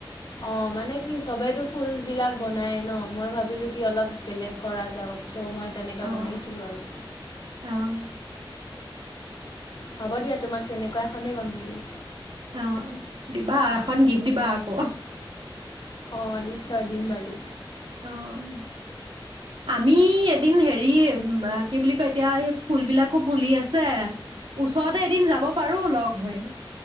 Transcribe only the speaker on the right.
অ'।
অ',
অঁ দিবা এখন গিফ্ট দিবা আকৌ।
অঁ <unintelligible> আমি এদিন হেৰি কি বুলি কয় এতিয়া এই ফুলবিলাকো ফুলি আছে, ওচৰতে এদিন যাব পাৰো লগ হৈ।